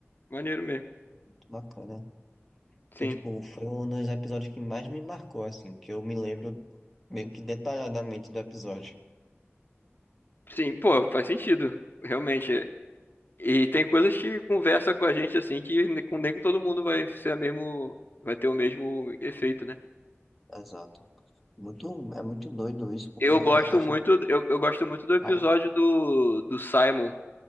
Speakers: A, on the left; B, in the centre.
A: Maneiro mesmo.
B: Bacana.
A: Sim.
B: Então, tipo, foi um dos episódios que mais me marcou, assim, que eu me lembro meio que detalhadamente do episódio.
A: Sim, pô, faz sentido. Realmente. E tem coisas que conversa com a gente assim que nem com nem com todo mundo vai ser a mesmo, vai ter o mesmo efeito, né?
B: Exato. Muito, é muito doido isso, porque
A: Eu gosto
B: a gente
A: muito, eu, eu gosto muito do episódio
B: fala.
A: do, do Simon,